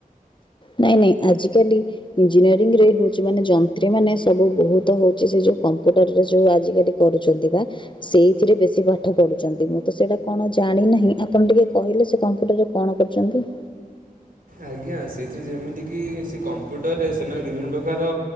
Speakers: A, on the left (about 35°); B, on the right (about 75°).
A: ନାଇଁ ନାଇଁ ଆଜିକାଲି ଇଞ୍ଜିନିୟରିଂ ରେ ହୋଉଛି ମାନେ ଯନ୍ତ୍ରୀ ମାନେ ସବୁ ବୋହୁତ ହୋଉଛି ସେ ଯୋଉ କମ୍ପୁଟରରେ ଯୋଉ ଆଜିକାଲି କରୁଛନ୍ତି ପା। ସେଇଥିରେ ବେଶୀ ପାଠ ପଢୁଛନ୍ତି ମୁଁ ତ ସେଇଟା କଣ ଜାଣିନାହିଁ ଆପଣ ଟିକେ କହିଲେ ସେ କମ୍ପ୍ୟୁଟର୍ ରେ। କଣ କରୁଚନ୍ତି?
B: ଆଜ୍ଞା ସେଇଥିରୁ ଯେମିତିକି ସେ କମ୍ପ୍ୟୁଟର୍ ରେ ସେମାନେ ବିଭିନ୍ନ ପ୍ରକାର